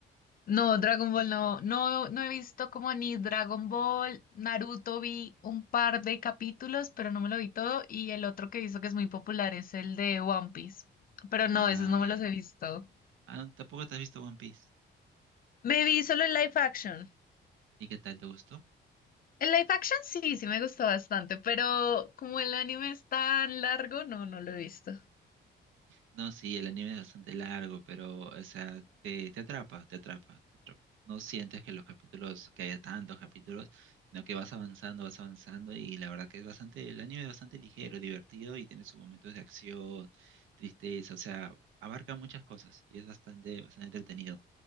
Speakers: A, on the left (about 45°); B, on the right (about 80°).
A: No, Dragon Ball no, no, no he visto como ni Dragon Ball, Naruto vi un par de capítulos, pero no me lo vi todo, y el otro que he visto que es muy popular es el de One Piece, pero no,
B: Ah,
A: esos no
B: ya.
A: me los he visto.
B: Ah, no, tampoco te has visto One Piece.
A: Me vi solo el live action.
B: ¿Y qué tal? ¿Te gustó?
A: El live action sí, sí me gustó bastante, pero como el anime es tan largo, no, no lo he visto.
B: No, sí, el anime es bastante largo, pero, o sea, te, te atrapa, te atrapa, te atrapa. No sientes que los capítulos, que haya tantos capítulos, sino que vas avanzando, vas avanzando y la verdad que es bastante, el anime es bastante ligero, divertido y tiene sus momentos de acción, tristeza, o sea, abarca muchas cosas y es bastante, bastante entretenido.